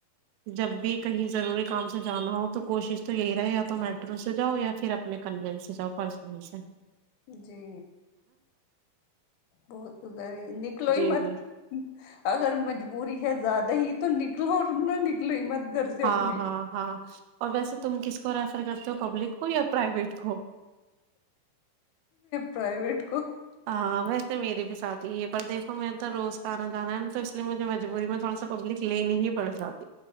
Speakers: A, on the right; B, on the left.
A: جب بھی کہیں ضروری کام سے جانا ہو تو کوشش تو یہی رہے یا تو میٹرو سے جاؤ یا پھر اپنے کنوینس سے جاؤ پڑ سشن
B: جی بہت اگ ہے نکلو
A: جی
B: ہی مت
A: جی
B: اگر مجبوری زیادہ ہی تو نکلو اور نہ نکلو ہی مت گھر سے
A: ہاں
B: اپنے
A: ہاں ہاں اور ویسے تم کس کو ریفر کرتے ہو پبلک کو یا پرائیویٹ کو
B: پرائیویٹ کو
A: ہاں ویسے میرے بھی ساتھ ہی ہے پر دیکھو میں تو روز کا آنا جانا ہے ن تو اس لیے مجھے مجبوری میں تھوڑا سا پبلک لیننے ہی پڑے جاتا